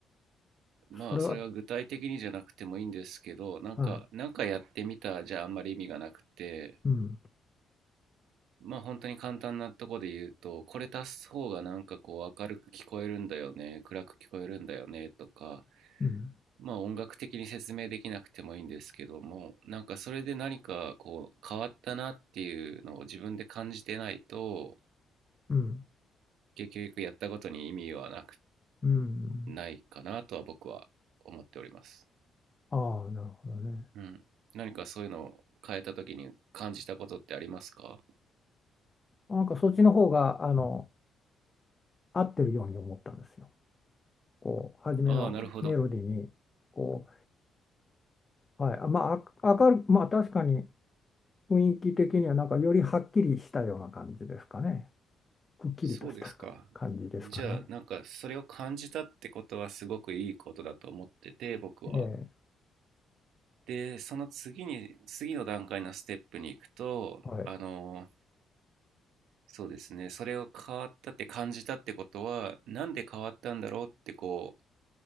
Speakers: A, on the right; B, on the left.
A: まあそれは具体的にじゃなくてもいいんですけどなんかなんかやってみたじゃあんまり意味がなくて
B: それははいうん
A: まあ本当に簡単なとこで言うとこれ足す方がなんかこう明るく聞こえるんだよね暗く聞こえるんだよねとか
B: うん
A: まあ音楽的に説明できなくてもいいんですけどもなんかそれで何かこう変わったなっていうのを自分で感じてないと
B: うん
A: 結局やったことに意味はなく
B: うん
A: ないかなとは僕は思っております。
B: ああなるほどね
A: うん。何かそういうのを変えた時に感じたことってありますか
B: なんかそっちの方があの合ってるように思ったんですよ。こう初めのメロディーにこ
A: ああ、なるほど。
B: う、はい、あまああ明るまあ確かに雰囲気的にはなんかよりはっきりしたような感じですかね。くっきりとした感じですかね。
A: そうですか。じゃあ、なんかそれを感じたってことはすごくいいことだと思ってて、僕は。
B: ええ
A: で、その次に、次の段階のステップに行くと、
B: はい。
A: あの、そうですね、それを変わったって感じたってことは、なんで変わったんだろうってこう、